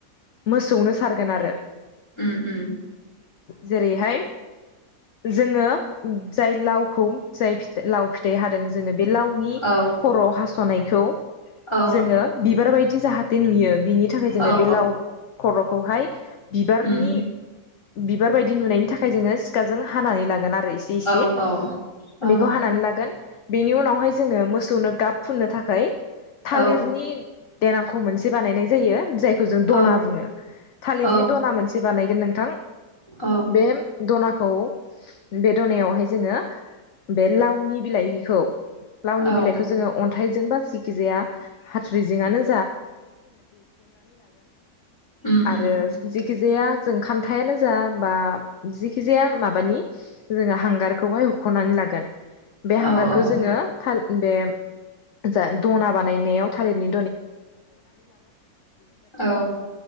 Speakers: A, on the left; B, on the left.
A: मोसौनो सारगोन आरो
B: उम उम
A: जेरैहाय जोङो। जाय लावखौ जाय लाव फिथाइ हादों। जो बे लावनि
B: औ
A: खर' हास' सनायखौ
B: औ
A: जोङो बिबार बायदि जाहाथे। दि <unintelligible> बिनि थाखाय जोङो
B: औ
A: बे लाव खर'खौहाय बिबारनि
B: उम
A: बिबार बायदि नुनायनि थाखाय जोङो सिखाजों हानानै लागोन आरो एसे इसे
B: औ औ
A: बेखौ
B: औ
A: हानानै लागोन बेनि उनावहाय जोङो मोसौनो गाब फुननो थाखाय थालिरनि
B: औ
A: देनां। बानायनाय जायो जाय <unintelligible> जों दना
B: औ
A: बुङो थालिरनि
B: औ
A: दना मोनसे बानायगोन नोंथां
B: औ
A: बे दनाखौ बे दनायावहाय जोङो बे लावनि बिलाइखौ लावनि
B: औ
A: बिलाइखौ जोङो अन्थाइजों बा जखिजाया। हाथ्रिजोंआनो <unintelligible>
B: उम
A: <unintelligible>
B: उम
A: जाया जों खान्थायानो जा बा जिखि जाया माबानि हांगार। <unintelligible> हख'नानै लागोन बे हांगारखौ
B: औ औ
A: जोङो ओ <unintelligible> <unintelligible> दना बानायनायाव थारतनि <unintelligible>
B: औ